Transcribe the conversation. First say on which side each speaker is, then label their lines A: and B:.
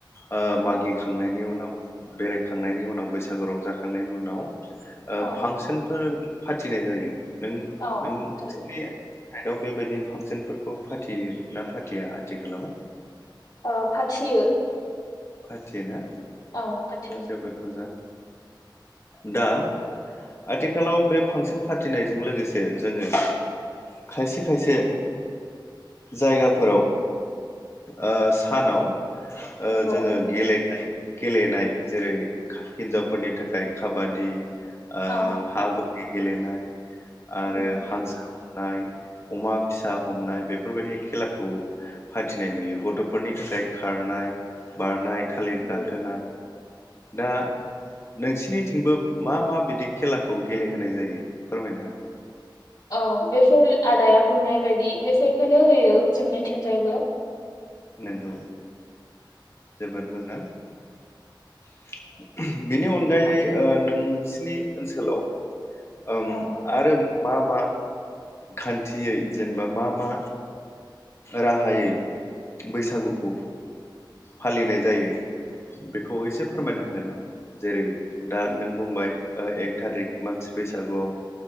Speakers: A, on the left; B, on the left.
A: ओ
B: ओं,
A: मागिखांनायनि उनाव बेरायखांनायनि उनाव बैसागु रंजाखांनायनि उनाव ओ
B: औ
A: फांसनफोर फाथिनाय जायो। नों
B: औ
A: नों
B: जायो
A: <unintelligible> साइडआव बेबायदि फांसनफोरखौ फाथियो ना फाथिया आथिखालाव?
B: आ फाथियो।
A: फाथियो ना
B: औ फाथियो
A: जोबोद मोजां। दा आथिखालाव बे फांसन फाथिनायजों लोगोसे जोङो खायसे खायसे जायगाफोराव ओ सानाव ओ
B: नंगौ
A: जोङो गेले नाय गेलेनाय जेरै हिनजावफोरनि थाखाय खाबादि, आ
B: औ
A: हाब गेलेनाय आरो
B: नंगौ
A: हांसो नाय अमा फिसा हमनाय बेफोरबायदि खेलाखौ फाथिनाय नुयो गथफोरनि थाखाय खारनाय, बारनाय, थालिर
B: नंगौ
A: गाखोना दा नोंसिनि थिंबोब मा मा बिदि खेलाखौ गेलेहोनाय जायो फोरमायनो हागोन नामा?
B: औ बेफोर आदाया बुंनाय बायदि बेफोरखोनो होयो जोंनि थिंजायबो।
A: नोंगौ। जोबोद मोज ओ <inaudible> बिनि अनगायै ओ नोंसिनि ओनसोलाव ओम
B: औ
A: आरोम मा मा खान्थियै जेनेबा मा मा राहायै बैसागुखौ फालिनाय जायो बेखौ एसे फोरमायनो हागोन नामा जेरै दा नों बुंबाय ओ एक थारिक मानसि बैसागुआव